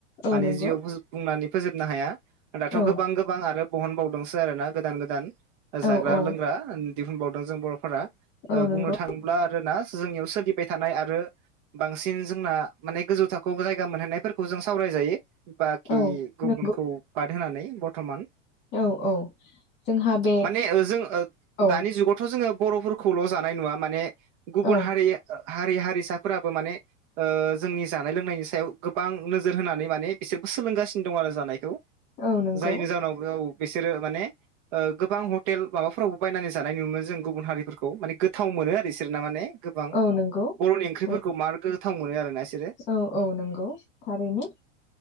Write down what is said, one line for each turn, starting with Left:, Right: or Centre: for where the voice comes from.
Left: औ
Right: माने
Left: नंगौ
Right: जिउआव फोजोब बुंनानै फोजोबनो हाया दाथ
Left: औ
Right: गोबां गोबां आरो बहनबावदोंसो आरोना गोदान गोदान। जाग्रा
Left: औ औ
Right: लोंग्रा दिहुनबावदों जों बर'फोरा
Left: औ नंगौ
Right: बुंनो थाङोब्ला। आरोना जोंनियाव सोलिबाय थानाय आरो बांसिन जोंना माने गोजौ थाखोआव जायगा मोनहैनायफोरखौ जों सावरायजायो। बाखि
Left: औ
Right: गुबुनखौ
Left: नंगौ
Right: बादहोनानै बरथमान।
Left: औ औ जोंहा बे
Right: माने जों
Left: औ
Right: दानि जुगावथ जोङो बर'फोरखौ खौल जानाय नुङा माने गुबुन
Left: औ
Right: हारि हारि हारिसाफोराबो माने जोंनि जानाय लोंनायनि सायाव गोबां नोजोर होनानै माने बिसोरबो सोलोंगासिनो दं आरो जानायखौ।
Left: औ नंगौ
Right: जायनि जाहोनाव औ बिसोरो माने ओ गोबां हटेल माबाफोरावबो बायनानै जानाय नुनो मोनो जों गुबुन हारिफोरखौ माने गोथाव मोनो आरो इसोर ना माने गोबां
Left: औ नंगौ
Right: बर'नि ओंख्रिफोरखौ
Left: औ
Right: मार गोथाव मोनो आरोना इ सोरो
Left: औ औ नंगौ थारैनो